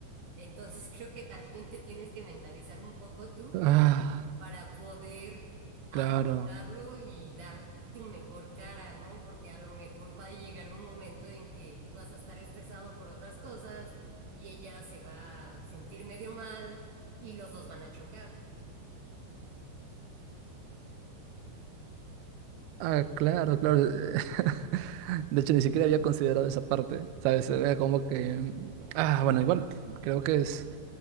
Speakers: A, on the right; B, on the right.
A: Entonces <laughs> creo que también te tienes que mentalizar un poco tú
B: ah,
A: para poder afrontarlo
B: claro.
A: y dar tu mejor cara, ¿no? Porque a lo mejor va a llegar un momento en que tú vas a estar estresado por otras cosas y ella se va a sentir medio mal y los dos van a chocar,
B: Ah, claro, claro. <laughs> De hecho, ni siquiera había considerado esa parte, ¿sabes? Era como que... mm, Ah, bueno, igual creo que es,